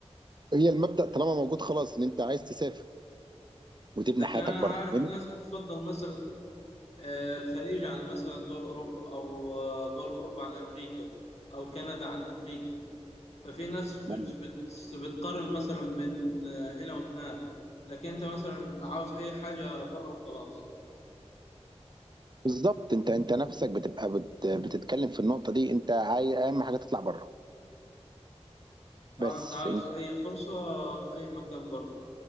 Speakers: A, on the right; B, on the left.
A: هي المبدأ طالما موجود خلاص ان انت عايز تسافر وتبني
B: لكن
A: حياتك
B: أنا
A: بره
B: عارف
A: يعني
B: ناس بتفضل مثلا آه، الخليج عن مثلا دول أوروبا أو آه، دول أوروبا عن أمريكا أو كندا عن أمريكا ففي ناس بت
A: ما-
B: بت بتقارن مثلا بين آه، هنا وهناك لكن أنت مثلا عاوز أي حاجة بره وخلاص
A: بالظبط انت انت نفسك بتبقى بت بتتكلم في النقطة دي انت عايز اهم حاجة تطلع بره
B: اه
A: بس
B: انت عاوز
A: انت
B: اي فرصة في اي مكان بره